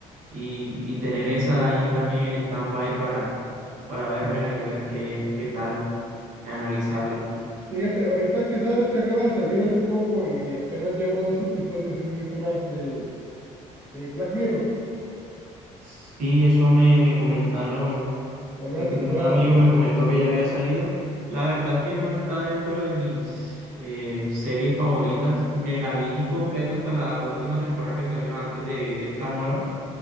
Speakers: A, on the right; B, on the right.
A: y, y tener esa ahí también en stand-by para, para vérmela y ver qué, qué tal, analizarla.
B: Fíjate, ahorita que sabes que acaba de salir hace poco y apenas llevo dos episodios y no he visto más de eh, Black Mirror,
A: Sí, eso me, me comentaron,
B: la nueva
A: un,
B: temporada.
A: un amigo me comentó que ya había salido. La verdad es que no está dentro de mis eh, series favoritas. Me la vi completa hasta la última temporada que salió antes de, de esta nueva,